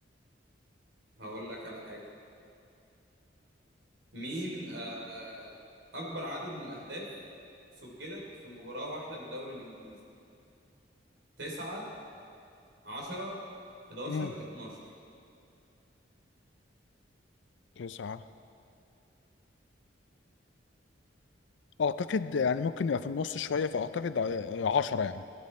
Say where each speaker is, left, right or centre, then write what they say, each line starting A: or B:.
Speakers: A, on the right; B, on the left.
A: هقول لك على حاجه مين أه اكبر عدد من الاهداف سجلت في مباراه واحده بالدوري الانجليزي 9 10 11
B: مم.
A: 12
B: تسعة اعتقد يعني ممكن يبقى في النص شويه فاعتقد عشرة يعني